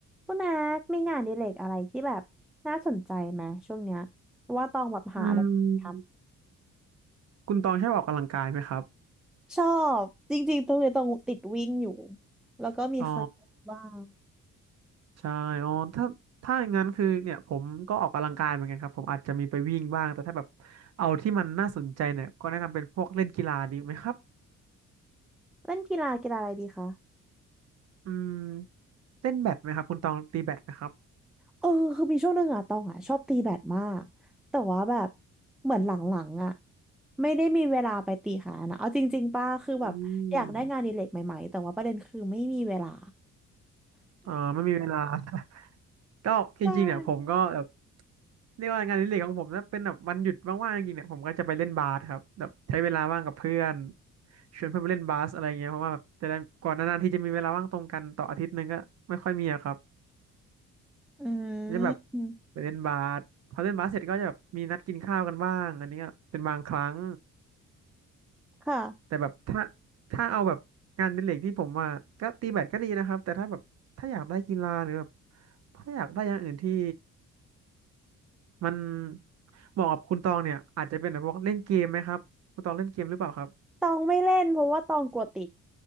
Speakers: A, in the centre; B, on the right.
A: คุณนัทมีงานอดิเรกอะไรที่แบบน่าสนใจไหมช่วงเนี้ยเพราะว่าตองแบบหาอะไรท
B: อืมคุณตองชอบออกกำลังกายไหมครับ
A: ำชอบจริงๆตรงนี้ต้องติดวิ่งอยู่แล้วก็มีคาร์ดิโอบ้าง
B: อ๋อใช่อ๋อถ้าถ้าอย่างนั้นคือเนี่ยผมก็ออกกำลังกายเหมือนกันครับผมอาจจะมีไปวิ่งบ้างแต่ถ้าแบบเอาที่มันน่าสนใจเนี่ยก็แนะนำเป็นพวกเล่นกีฬาดีไหมครับ
A: เล่นกีฬากีฬาอะไรดีคะ
B: อืมเล่นแบดไหมครับคุณตองตีแบดไหมครับ
A: เออคือมีช่วงหนึ่งอะตองอะชอบตีแบดมากแต่ว่าแบบเหมือนหลังๆอะไม่ได้มีเวลาไปตีขานะเอาจริงๆป้าคือแบบอยากได้งานอดิเรกใหม่ๆแต่ว่าประเด็นคือไม่มีเวลา
B: อืมอ่าไม่มีเวลา <laughs> ก็จริงๆเนี่ยผมก็แบบ
A: ใช่
B: เรียกว่างานอดิเรกของผมนะเป็นแบบวันหยุดว่างๆจริงๆเนี่ยผมก็จะไปเล่นบาสครับแบบใช้เวลาว่างกับเพื่อนชวนเพื่อนไปเล่นบาสอะไรเงี้ยเพราะว่าแบบจะได้ก่อนนานๆที่จะมีเวลาว่างตรงกันต่ออาทิตย์หนึงก็ไม่ค่อยมีอะครับ
A: อื
B: จะแบบ
A: ม
B: ไปเล่นบาสพอเล่นบาสเสร็จก็จะแบบมีนัดกินข้าวกันบ้างอันนี้ก็เป็นบางครั้ง
A: ค่ะ
B: แต่แบบถ้าถ้าเอาแบบงานอดิเรกที่ผมว่าก็ตีแบดก็ดีนะครับแต่ถ้าแบบถ้าอยากได้กีฬาหรือแบบถ้าอยากได้อย่างอื่นที่ มันเหมาะกับคุณตองเนี่ยอาจจะเป็นแบบพวกเล่นเกมไหมครับคุณตองเล่นเกมหรือเปล่าครับ
A: ตองไม่เล่นเพราะว่าตองกลัวติด